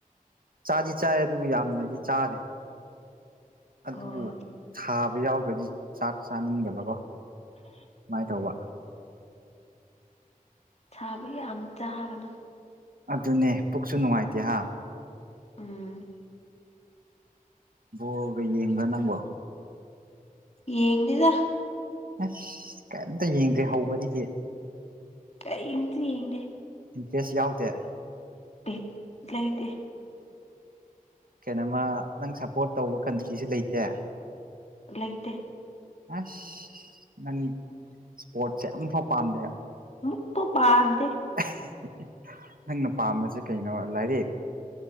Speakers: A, on the right; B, on the left.
A: ꯆꯥꯗꯤ ꯆꯥꯏ ꯑꯗꯨꯕꯨ ꯌꯥꯝꯅꯗꯤ ꯆꯥꯗꯦ ꯑꯗꯨꯕꯨ
B: ꯑꯣ
A: ꯁꯥꯕ ꯌꯥꯎꯗ꯭ꯔꯗꯤ ꯆꯥꯛ ꯆꯥꯅꯤꯡꯗꯕꯒꯣ ꯃꯥꯏ ꯇꯧꯕ
B: ꯁꯥꯕ ꯌꯥꯝ ꯆꯥꯒꯅꯨ
A: ꯑꯗꯨꯅꯦ ꯄꯨꯛꯁꯨ ꯅꯨꯡꯉꯥꯏꯇꯦ ꯍꯥ
B: ꯎꯝ
A: ꯕꯣꯜꯒ ꯌꯦꯡꯕꯔ ꯅꯪꯕꯣ
B: ꯌꯦꯡꯗꯦꯗ
A: ꯑꯁ ꯀꯩꯝꯇ ꯌꯦꯡꯗ꯭ꯔꯦ ꯍꯧꯕꯗꯒꯤ
B: ꯀꯩꯏꯝꯇ ꯌꯦꯡꯗꯦ
A: ꯏꯟꯇ꯭ꯔꯦꯁ ꯌꯥꯎꯗꯦ
B: ꯕꯤꯠ ꯂꯩꯇꯦ
A: ꯀꯩꯅꯣꯃ ꯅꯪ ꯁꯞꯄꯣꯔꯠ ꯇꯧꯕ ꯀꯟꯇ꯭ꯔꯤꯖꯨ ꯂꯩꯇꯦ
B: ꯂꯩꯇꯦ
A: ꯑꯁ ꯅꯪ ꯏꯁꯄꯣꯔꯠꯁꯦ ꯑꯝꯐꯥꯎ ꯄꯥꯝꯗꯦ
B: ꯑꯃꯠꯇ ꯄꯥꯝꯗꯦ꯫
A: <unintelligible> ꯅꯪꯅ ꯄꯥꯝꯕꯁꯦ ꯀꯩꯅꯣ ꯂꯥꯏꯔꯤꯛ